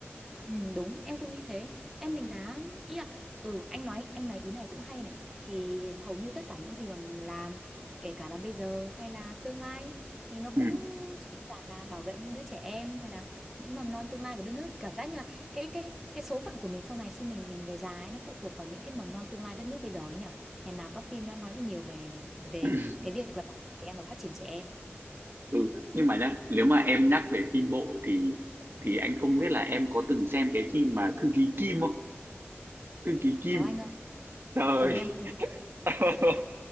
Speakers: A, in the centre; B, on the right (about 55°).
A: Ừ, đúng em cũng nghĩ thế em đánh giá ý là ừ anh nói anh nói ý này cũng hay này thì hầu như tất cả những gì mà mình làm kể cả là bây giờ hay là tương lai thì nó
B: ừ.
A: cũng chỉ đơn giản là bảo vệ những đứa trẻ em hay là những mầm non tương lai của đất nước cảm giác như là cái cái cái số phận của mình sau này khi mình mình về già ấy, nó phụ thuộc vào những cái mầm non tương lai đất nước bây giờ ấy nhở hèn nào các phim nó nói với nhiều về về
B: <laughs>
A: cái việc là bảo vệ trẻ em và phát triển trẻ em
B: ừ nhưng mà nhá nếu mà em nhắc về phim bộ thì thì anh không biết là em có từng xem cái phim mà thư ký Kim không thư ký Kim
A: có anh ơi
B: trời
A: chồng em cũng nói
B: <laughs>